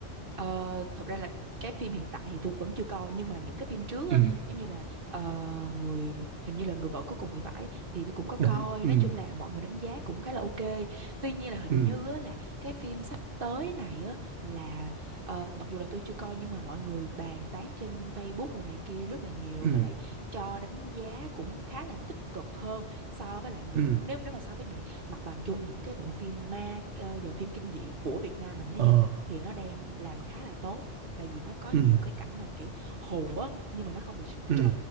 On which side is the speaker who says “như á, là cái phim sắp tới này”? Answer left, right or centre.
Right